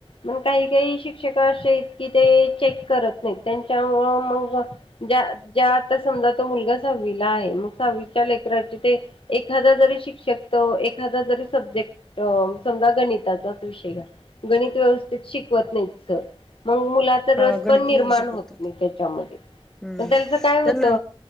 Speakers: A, on the left; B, in the centre.
A: मण काही काही शिक्षक असे आहेत की ते चेक करत नाही त्यांच्यामुळं मग. ज्या ज्या आता समजा तो मुलगा सहावीला आहे मग सहावीच्या लेकराची ते. एखादा जरी शिक्षकतो एखादा जरी सब्जेक्ट अ समजा गणिताचाच विषय घ्या गणित व्यवस्थ शिकवत नाहीत सर मग मुलात-
B: हा
A: रस
B: गणित
A: पण निर्माण
B: नाही शिकवत
A: होत नाही त्याच्यामध्ये
B: हम्म
A: प त्याच काय? होत.
B: त्यांना